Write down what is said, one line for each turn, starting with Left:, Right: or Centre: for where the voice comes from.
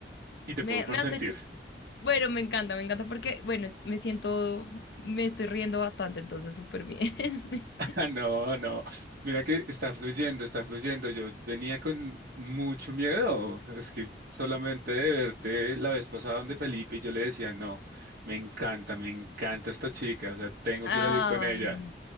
Right: y te
Left: me,
Right: puedo consentir.
Left: me has hecho.
Right: <laughs>
Left: Bueno, me encanta, me encanta porque, bueno, es- me siento, me estoy riendo bastante, entonces súper bien. <laughs>
Right: Ah, No, no. Mira que está fluyendo, está fluyendo. Yo venía con mucho miedo. Es que solamente de verte la vez pasada donde Felipe y yo le decía, no, me encanta, me encanta esta chica, o sea, tengo
Left: Ay,
Right: que salir con ella.
Left: no.